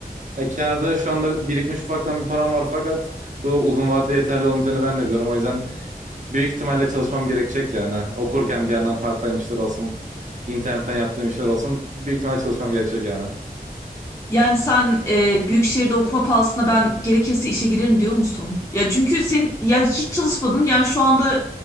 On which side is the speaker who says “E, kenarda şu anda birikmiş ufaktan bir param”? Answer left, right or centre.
Right